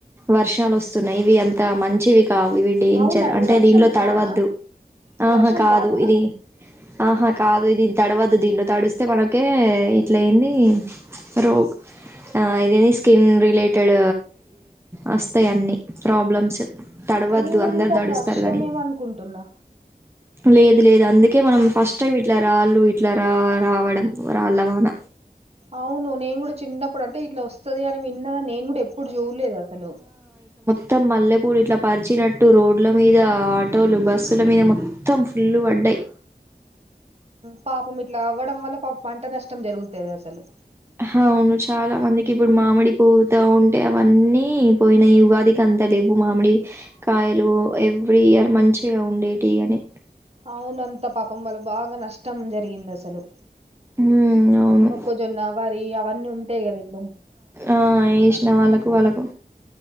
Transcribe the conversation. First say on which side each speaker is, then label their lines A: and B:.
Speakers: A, on the right (about 15°); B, on the right (about 40°).
A: వర్షాలు వస్తున్నాయి ఇవి అంత మంచివి కావు ఇవి డేంజర్
B: అవునా ఇది
A: అంటే
B: వర్షం
A: దీంట్లో
B: కాదా
A: తడవద్దు
B: ఇది
A: ఆహా
B: వర్షం
A: కాదు
B: కాదా
A: ఇది ఆహా కాదు దీన్ని తడవద్దు దీంట్లో తడిస్తే మనకే ఇట్లయింది రోగ్ ఇదేంది స్కిన్ రిలేటెడ్ వస్తాయి అన్నీ ప్రాబ్లమ్స్ తడవద్దు
B: అయ్యో నేను
A: అందరు
B: ఇంకా అది
A: తడుస్తారు
B: వర్షమేమనుకుంటున్నా.
A: కానీ లేదు లేదు అందుకే మనం ఫస్ట్ టైం ఇట్లా రాళ్ళు ఇట్లా రా రావడం రాళ్ళవాన.
B: అవును నేను కూడా చిన్నప్పుడు అంటే ఇట్లా వస్ స్తది అని విన్నా నేను కూడా ఎప్పుడు చూలేదు అసలు.
A: త్తం మల్లెపూలు ఇట్లా పరిచినట్టు రోడ్ల మీద ఆటోలు బస్సుల మీద మొత్తం ఫుల్లు పడ్డాయి.
B: పాపం ఇట్లా అవ్వడం వల్ల పాపం పంట నష్టం జరుగుతాది అసలు.
A: హవును చాలా మందికి ఇప్పుడు మామిడి పూతా ఉంటే అవన్నీ పోయినాయి ఉగాదికి అంత లేవు మామిడి కాయలు ఎవ్రీ ఇయర్ మంచిగా ఉండేటిగాని.
B: అవునంత పాపం వల్లక్ బాగా నష్టం జరిగింది అసలు.
A: ఉమ్ అవును
B: మొక్కజొన్న వరి అవన్నీ ఉ. అంతే కదా ఇప్డూ
A: ఆ ఏసినా వాళ్ళకు వాళ్ళకు